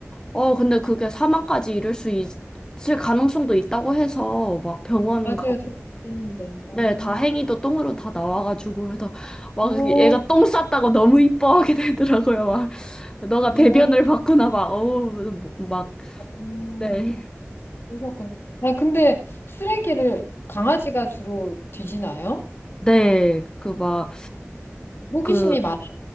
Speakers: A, on the left (about 15°); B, on the left (about 55°).
A: 어, 근데 그게 사망까지 이를 수 있, 을 가능성도 있다고 해서 막 병원
B: 맞아요. 저도 그랬는데. 어,
A: 네, 다행히도 똥으로 다 나와가지고, 그래서 막
B: 어,
A: 얘가 똥 쌌다고 너무 이뻐하게 되더라고요. 막, 너가 배변을
B: 어,
A: 봤구나, 막, 어우, 뭐, 막,
B: 음,
A: 네.
B: 그러셨구나. 아, 근데 쓰레기를 강아지가 주로 뒤지나요?
A: 네, 그 막,
B: 음, 호기심이
A: 그,
B: 많아서